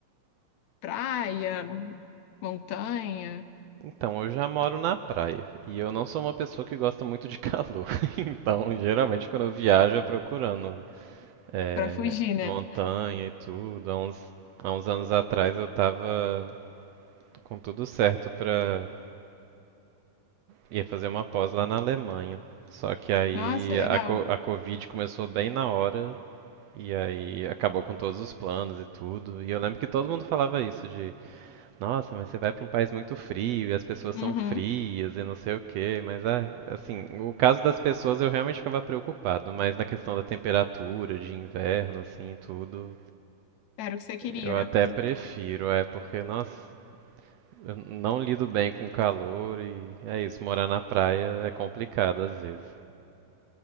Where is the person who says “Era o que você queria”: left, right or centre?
Left